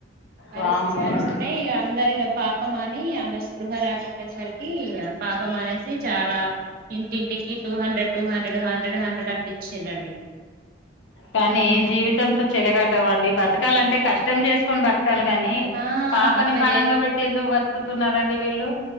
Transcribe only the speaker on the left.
వామ్మో
కానీ జీవితంతో చెలగాటవండి బతకాలంటే కష్టం చేసుకొని బతకాలి గాని,
పాపని
పణంగా పెట్టే ఎందుకు బత్ క్కుతున్నారండి వీళ్ళు